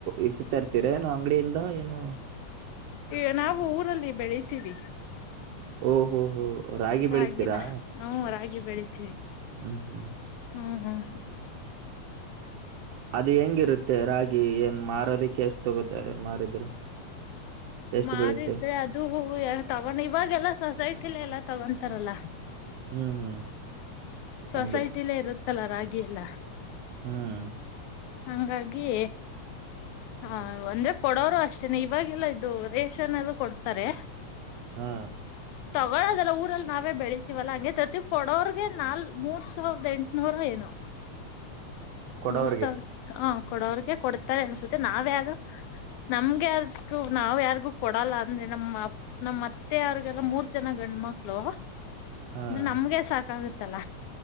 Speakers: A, on the right (about 75°); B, on the left (about 80°).
A: ಇಟ್ಟತರ್ತೀರ ನಾ ಅಂಗಡಿಯಿಂದ ಏನು
B: ಏ ನಾವು ಊರಲ್ಲಿ ಬೆಳಿತೀವಿ
A: ಓ ಹೋ ಹೋ ರಾಗಿ
B: ರಾಗಿನ
A: ಬೆಳಿತೀರಾ
B: ಹ್ಮ್ ರಾಗಿ ಬೆಳಿತೀವಿ
A: ಹ್ಮ್ ಹ್ಮ್
B: ಹ್ಮ್ ಹ್ಮ್
A: ಅದು ಹೆಂಗಿರುತ್ತೆ ರಾಗಿ ಏನ್ ಮಾರೋದಿಕ್ಕೆ ಎಷ್ಟು ತಗೋತಾರೆ ಮಾರಿದ್ರೆ ಎಷ್ಟು
B: ಮಾರಿದ್ರೆ
A: ಬೀಳುತ್ತೆ
B: ಅದು ತಗೊಂಡ ಇವಾಗೆಲ್ಲ ಸೊಸೈಟಿಲಿ ಎಲ್ಲ ತಗೊಂತಾರಲ್ಲ.
A: ಹ್ಮ್ ಹ್ಮ್.
B: ಸೊಸೈಟಿಲ್ಲೇ
A: ಹಂಗೆ
B: ಇರುತ್ತಲ್ಲ ರಾಗಿ ಎಲ್ಲಾ.
A: ಹ್ಮ್
B: ಹಂಗಾಗಿ. ಹಾ ಅಂದ್ರೆ ಕೊಡೋರು ಅಷ್ಟೇನೆ ಇವಾಗೆಲ್ಲ ಇದು ರೇಷನ್ ಅಲ್ಲಿ ಕೊಡ್ತಾರೆ.
A: ಹಾ.
B: ತಗೊಳದಲ್ಲ ಊರಲ್ಲಿ ನಾವೇ ಬೆಳತೀವಲ್ಲಾ ಹಂಗೆ ತರ್ತೀವಿ ಕೊಡೋರ್ಗೆ ನಾಲ್ ಮೂರ್ ಸಾವಿರದ ಎಂಟುನೂರ ಏನು.
A: ಕೊಡೋರ್ಗೆ
B: ಮೂರ್ ಸಾವಿರ ಹಾ ಕೊಡೋವ್ರಗೆ ಕೊಡ್ತಾರೆ ಅನ್ಸುತ್ತೆ ನಾವ್ಯಾಗ. ನಮ್ಗೆ ಯಾರಕ್ಕು ನಾವ್ ಯಾರಿಗೂ ಕೊಡಲ್ಲ ಅಂದ್ರೆ ನಮ್ಮ ಅಪ್ ನಮ ಅತ್ತೆ ಅವ್ರಗೆಲ್ಲ ಮೂರ್ ಜನ ಗಂಡ ಮಕ್ಳು.
A: ಹ್ಮ್
B: ಅಂದ್ರೆ ನಮ್ಗೆ ಸಾಕಾಗುತ್ತಲ್ಲ.